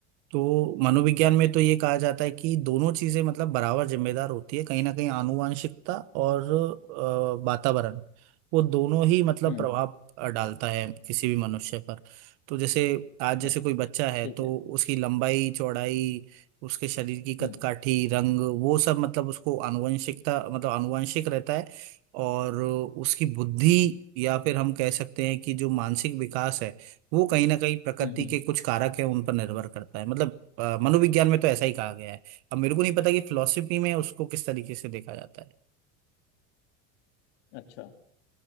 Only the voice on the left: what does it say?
अच्छा
हम्म
अच्छा
ठीक
है
हम्म
हम्म हम्म
अच्छा